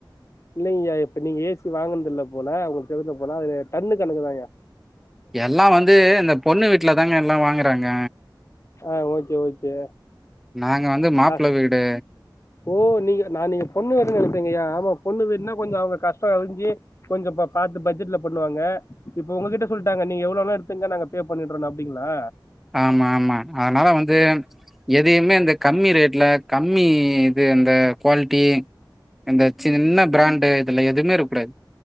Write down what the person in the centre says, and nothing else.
எல்லாம் வந்து அந்த பொண்ணு வீட்ல தாங்க எல்லாம் வாங்குறாங்க
நாங்க வந்து மாப்பிள
வீடு.
ஆமா ஆமா அதனால வந்து எதயுமே அந்த கம்மி ரேட்ல கம்மி தே அந்த க்வால்டி இந்த சின்ன ப்ராண்டு இதுல எதுமே இருக்கூடாது